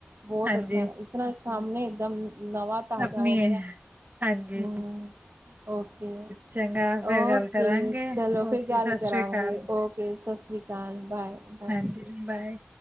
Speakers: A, on the right (about 80°); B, on the right (about 45°).
A: ਬੋਤ
B: ਹਾਂਜੀ
A: ਅੱਛਾ ਇਸ ਤਰ੍ਹਾਂ ਸਾਹਣੇ ਇੱਕਦਮ ਨਵਾਂ ਤਾਜ਼ਾ
B: ਆਪਣੀ
A: ਹੋ
B: ਹੈ
A: ਗਿਆ।
B: ਹਾਂਜੀ
A: ਹੂੰ। ਓਕੇ
B: ਚੰਗਾ ਫਿਰ
A: ਓਕੇ
B: ਗੱਲ ਕਰਾਂਗੇ
A: ਚਲੋ ਫਿਰ
B: ਓਕੇ
A: ਗੱਲ
B: ਸਤਿ
A: ਕਰਾਂਗੇ
B: ਸ੍ਰੀ ਅਕਾਲ
A: ਓਕੇ ਸਸੀ। ਤਲ ਬਾਏ <unintelligible>
B: ਹਾਂਜੀ ਬਾਏ।